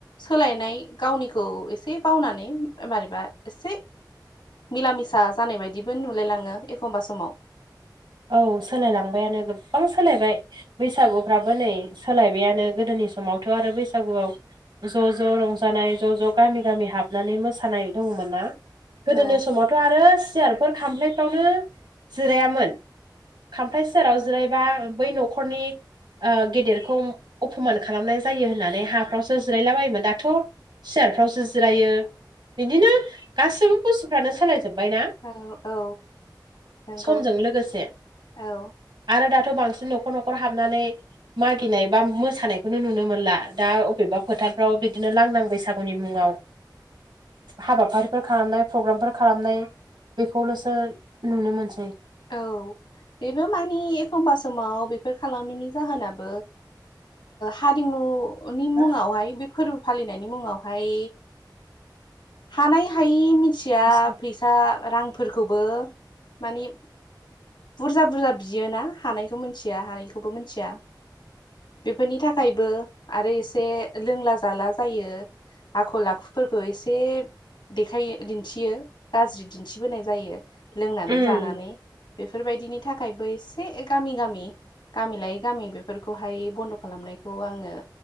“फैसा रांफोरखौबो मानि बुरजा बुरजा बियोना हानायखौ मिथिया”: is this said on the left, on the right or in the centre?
Left